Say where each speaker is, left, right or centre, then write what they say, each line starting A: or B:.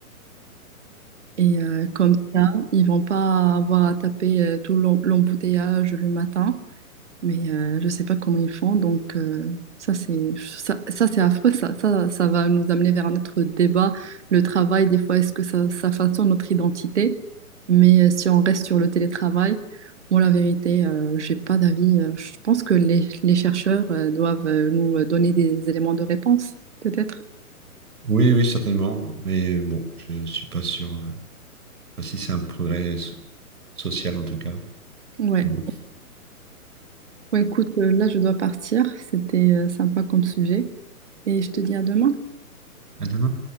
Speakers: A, on the right; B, on the right.
A: Et euh, comme ça, ils vont pas avoir à taper euh, tout l'em- l'embouteillage le matin mais euh, je ne sais pas comment ils font. Donc euh, ça c'est ça, ça, c'est affreux. Ça, ça ça va nous amener vers notre débat. Le travail, des fois, est-ce que ça, ça façonne notre identité? Mais euh, si on reste sur le télétravail, moi la vérité, euh, j'ai pas d'avis. Euh, Je pense que les, les chercheurs euh, doivent euh, nous euh, donner des éléments de réponse, peut-être.
B: Oui, oui, certainement. Mais bon, je suis pas sûr, euh, pas si c'est un progrès so- social en tout cas.
A: Ouais.
B: Mais bon.
A: Ouais, écoute, euh, là je dois partir. C'était euh, sympa comme sujet. Et je te dis à demain.
B: À demain.